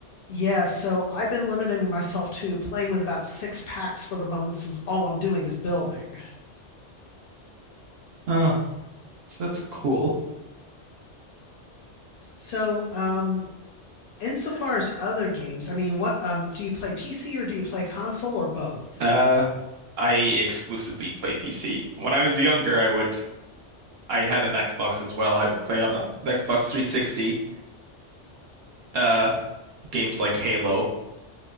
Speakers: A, on the left; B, on the right.
A: Yeah, so I've been limiting myself to playing with about six packs for the moment since all I'm doing is building.
B: Oh, so that's cool.
A: So, um, insofar as other games, I mean, what um, do you play PC or do you play console or both?
B: Uh I exclusively play PC. When I was younger, I would I had an Xbox as well. I would play on a, an Xbox 360. Uh games like Halo.